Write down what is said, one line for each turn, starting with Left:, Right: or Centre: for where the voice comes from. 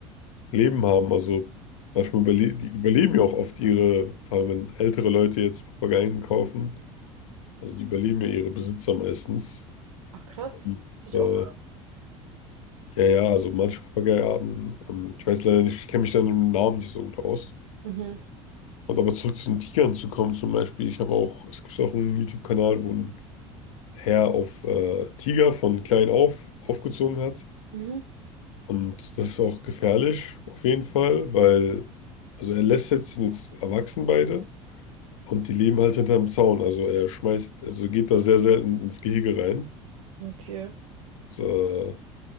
Left: Leben haben. Also manchmal überle die überleben ja auch oft ihre, vor allem wenn ältere Leute jetzt Papageien kaufen, also die überleben ja ihre Besitzer meistens.
Right: Ach krass.
Left: Und,
Right: Hätte ich
Left: äh,
Right: auch.
Left: ja, ja, also manche Papageiarten, ähm, ich weiß leider nicht, ich kenne mich da mit dem Namen nicht so gut aus.
Right: Mhm.
Left: Und aber zurück zu den Tigern zu kommen, zum Beispiel, ich habe auch, es gibt auch einen YouTube-Kanal, wo ein Herr auf äh, Tiger von klein auf aufgezogen hat.
Right: Mhm.
Left: Und das ist auch gefährlich, auf jeden Fall, weil, also er lässt jetzt, die sind jetzt erwachsen beide und die leben halt hinterm Zaun. Also er schmeißt, also geht da sehr selten ins Gehege rein.
Right: Okay.
Left: Und, äh,